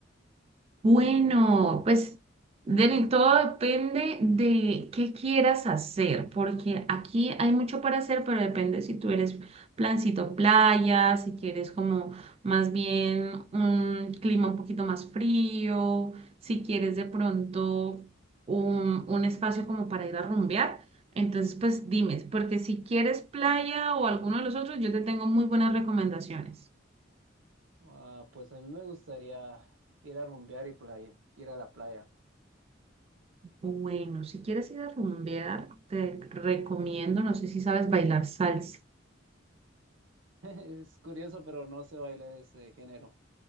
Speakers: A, on the right; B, on the right.
A: Bueno, pues Denny, todo depende de qué quieras hacer, porque aquí hay mucho para hacer, pero depende si tú eres plancito playa, si quieres como más bien un clima un poquito más frío, si quieres de pronto un, un espacio como para ir a rumbear. Entonces, pues dime, porque si quieres playa o alguno de los otros, yo te tengo muy buenas recomendaciones.
B: Ah, pues a mí me gustaría ir a rumbear y playa, ir a la playa.
A: Bueno, si quieres ir a rumbear, te recomiendo, no sé si sabes bailar salsa.
B: <laughs> Es curioso, pero no sé bailar ese género.